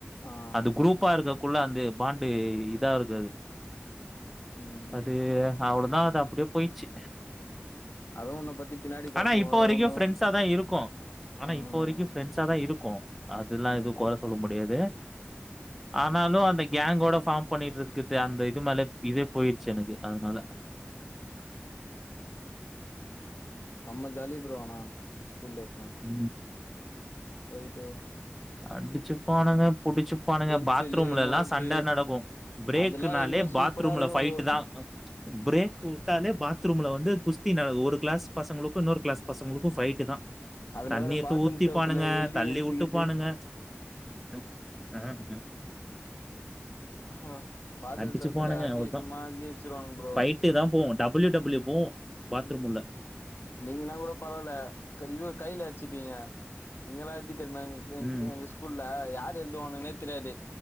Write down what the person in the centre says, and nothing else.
அது குரூப்பா இருக்கக்குள்ள அது பாண்டு இதா இருக்காது
அது அவளதா அது அப்டியே போயிச்சு
ஆனா இப்ப வரைக்கு
ஃப்ரெண்ட்ஸா தா இருக்கோ ஆனா
இப்ப வரைக்கு ஃப்ரெண்ட்ஸா தா இருக்கோ அதுல்லா எது
கொற சொல்ல முடியாது ஆனாலு அந்த கேங்கோட ஃபார்ம் பண்ணிட்ருக்கது அந்த இது மேல இதே போயிருச்சு எனக்கு அதுனால <inaudible>
ம்.
அடிச்சுபானுக புடிச்சுபானுக
பாத்ரூம்லெல்லா
சண்ட நடக்கு பிரேக்குனா
லே பாத்ரூம்ல
ஃபைட்டு
தா ப்ரேக் வுட்டாலே பாத்ரூம்ல வந்து குஸ் தி ந ஒரு கிளாஸ் பசங்களுக்கு இன்னொரு கிளாஸ் பசங்களுக்கு ஃபைட்டு தா
தண்ணி
எத்து
ஊத்திப்பானுங்க
தள்ளி
உட்டுபானுங்க ம் ம் ஹ
அடிச்சு
பானுங்க
அவ்ளுதா
ஃபைட்டு தா போவூ டபள்யூ டபிள்யூ
போவு பாத்ரூம்
உள்ள
ம்